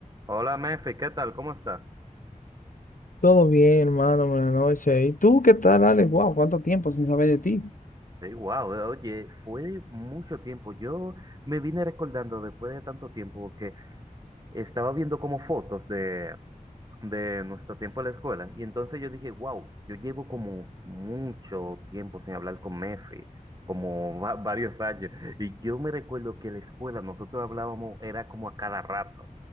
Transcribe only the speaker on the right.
Hola, Mefi, ¿qué tal? ¿Cómo estás?
Sí, wow, oye, fue mucho tiempo. Yo me vine recordando después de tanto tiempo que estaba viendo como fotos de, de nuestro tiempo en la escuela y entonces yo dije, wow, yo llevo como mucho tiempo sin hablar con Mefi, como va- <laughs> varios años. Y yo me recuerdo que en la escuela nosotros hablábamos, era como a cada rato.